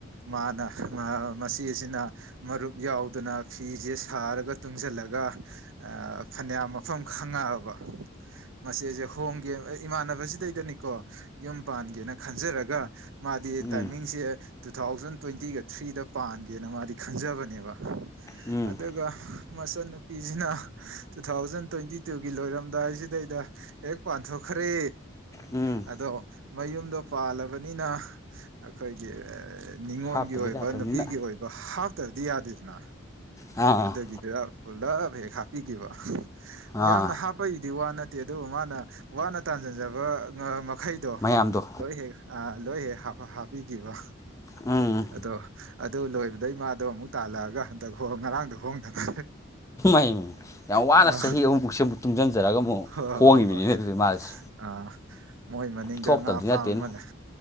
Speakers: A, on the right; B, on the left.
A: ꯃꯥꯅ ꯃꯆꯦꯁꯤꯅ ꯃꯔꯨꯞ ꯌꯥꯎꯗꯅ ꯐꯤꯁꯦ ꯁꯥꯔꯒ ꯇꯨꯡꯁꯤꯜꯂꯒ ꯐꯅꯌꯥꯝ ꯃꯐꯝ ꯈꯪꯉꯛꯑꯕ ꯃꯆꯦꯁꯦ ꯍꯣꯡꯒꯦ ꯏꯃꯥꯟꯅꯕꯁꯤꯗꯩꯗꯅꯤꯀꯣ ꯌꯨꯝ ꯄꯥꯟꯒꯦꯅ ꯈꯟꯖꯔꯒ ꯃꯥꯗꯤ
B: ꯎꯝ
A: ꯇꯥꯏꯃꯤꯡꯁꯦ ꯇꯨ ꯊꯥꯎꯖꯟ ꯇ꯭ꯋꯦꯟꯇꯤꯒ ꯊ꯭ꯔꯤꯗ ꯄꯥꯟꯒꯦꯅ ꯃꯥꯗꯤ ꯈꯟꯖꯕꯅꯦꯕ
B: ꯎꯝ ꯎꯝ
A: ꯑꯗꯨꯒ ꯃꯆꯟꯅꯨꯄꯤꯁꯤꯅ ꯇꯨ ꯊꯥꯎꯖꯟ ꯇ꯭ꯋꯦꯟꯇꯤ ꯇꯨꯒꯤ ꯂꯣꯏꯔꯝꯗꯥꯏꯁꯤꯗꯩꯗ ꯍꯦꯛ ꯄꯥꯟꯊꯣꯛꯈ꯭ꯔꯦ
B: ꯎꯝ
A: ꯑꯗꯣ ꯃꯌꯨꯝꯗꯣ ꯄꯥꯜꯂꯕꯅꯤꯅ ꯑꯩꯈꯣꯏꯒꯤ ꯅꯤꯡꯅꯤꯉꯣꯟꯒꯤ
B: ꯍꯥꯞꯇꯕ
A: ꯑꯣꯏꯕ
B: ꯌꯥꯗꯕꯅꯤꯅ
A: ꯅꯨꯄꯤꯒꯤ ꯑꯣꯏꯕ ꯑꯗꯣ ꯍꯥꯞꯇ꯭ꯔꯗꯤ ꯌꯥꯗꯦꯗꯅ
B: ꯑꯥ
A: ꯑꯗꯨꯒꯤꯗꯨꯗ ꯄꯨꯂꯞ ꯍꯦꯛ ꯍꯥꯞꯄꯤꯈꯤꯕ
B: ꯑꯥ
A: ꯌꯥꯝꯅ ꯍꯥꯞꯄꯒꯤꯗꯤ ꯋꯥ ꯅꯠꯇꯦ ꯑꯗꯨꯕꯨ ꯃꯥꯅ ꯋꯥꯅ ꯇꯥꯟꯁꯤꯟꯖꯕ ꯃꯈꯩꯗꯣ
B: ꯃꯌꯥꯝꯗꯣ
A: ꯂꯣꯏ ꯍꯦꯛ ꯂꯣꯏ ꯍꯦꯛ ꯍꯥꯞꯄꯤꯈꯤꯕ
B: ꯎꯝ
A: ꯑꯗꯣ ꯑꯗꯨ ꯂꯣꯏꯕꯗꯩ ꯃꯥꯗꯣ ꯑꯃꯨꯛ ꯇꯥꯜꯂꯛꯑꯒ ꯍꯟꯗꯛ ꯍ ꯉꯔꯥꯡꯗꯣ ꯍꯣꯡꯗꯅ
B: ꯩ ꯌꯥꯝ ꯋꯥꯅ
A: ꯑ
B: ꯆꯍꯤ ꯑꯍꯨꯝꯐꯥꯎꯁꯦ ꯑꯃꯨꯛ ꯇꯨꯡꯁꯤꯟꯖꯔꯒ ꯑꯃꯨꯛ
A: ꯍꯣꯏ
B: ꯍꯣꯡꯉꯤꯕꯅꯤꯅ
A: ꯍꯣꯏ ꯍꯣꯏ
B: ꯑꯗꯨꯗꯤ ꯃꯥꯁꯦ
A: ꯑꯥ ꯃꯣꯏ ꯃꯅꯤꯡꯗ
B: ꯊꯣꯛꯇꯕꯗꯤ
A: ꯉꯥ ꯐꯥꯝ
B: ꯅꯠꯇꯦꯅꯦ
A: ꯑꯃ ꯂꯩ